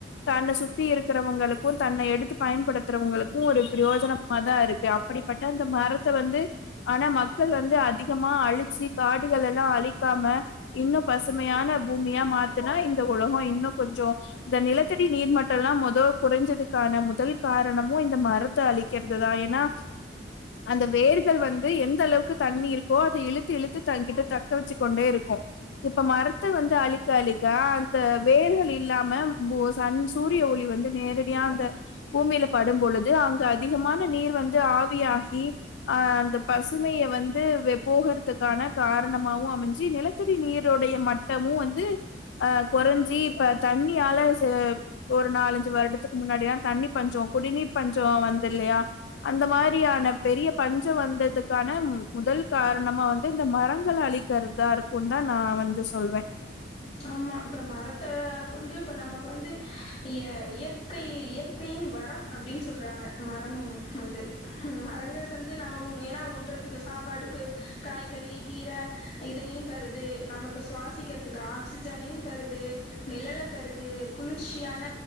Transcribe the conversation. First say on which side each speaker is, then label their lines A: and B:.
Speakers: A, on the left (about 75°); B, on the left (about 35°).
A: தன்ன சுத்தி இருக்கிறவங்களுக்கும் தன்னை எடுத்து பயன்படுத்துறவங்களுக்கும் ஒரு பிரயோஜனமா தான் இருக்கு அப்படிப்பட்ட இந்த மரத்த வந்து ஆனா மக்கள் வந்து அதிகமா அழிச்சு காடுகள் எல்லாம் அழிக்காம இன்னும் பசுமையான பூமியா மாத்துனா இந்த உலகோ இன்னும் கொஞ்சோ இந்த நிலத் த்தடி நீர் மட்டோ எல்லாம் மொதோ குறைஞ்சதுக்கான முதல் காரணமும் இந்த மரத்தை அழிக்கிறது தான் ஏன்னா அந்த வேர்கள் வந்து எந்த அளவுக்கு தண்ணி இருக்கோ அதை இழுத்து இழுத்து தங்கிட்டு தக்க வச்சுக் கொண்டே இருக்கும் இப்ப மரத்தை வந்து அழிக்க அழிக்க அந்த வேர்கள் இல்லாம <unintelligible> சன் சூரிய ஒளி வந்து நேரடியா அந்த பூமியில படும்பொழுது அங்க அதிகமான நீர் வந்து ஆவியாகி அஹ் அந்த பசுமைய வந்து போகறதுக்கான காரணமாவும் அமைஞ்சு நிலத்தடி நீருடைய மட்டமும் வந்து அஹ் குறைஞ்சி இப்ப தண்ணியால சே ஒரு நாலஞ்சு வருடத்துக்கு முன்னாடினா தண்ணி பஞ்ஜோ குடிநீர் பஞ்ஜோ வந்து இல்லையா அந்த மாதிரியான பெரிய பஞ்ஜோ வந்ததுக்கான மு முதல் காரணமா வந்து இந்த மரங்கள் அழிக்கிறதா இருக்கும்ன்னு தான் நா வந்து சொல்வேன்
B: ஆமா இப்ப மரத்த கொண்டு இப்ப நமக்கு வந்து இயற் இயற்கை இயற்கையின் வரம் அப்படின்னு சொல்றாங்க மரம் வந்து மரங்கள் வந்து நம்ம ஒன்னு ஏன்னா உன்றதுக்கு சாப்பாடுக்கு காய்கறி கீரை இதையும் தருது நமக்கு சுவாசிக்கிறதுக்கு ஆக்சிஜனையும் தருது நிழல தருது குளிர்ச்சி சியான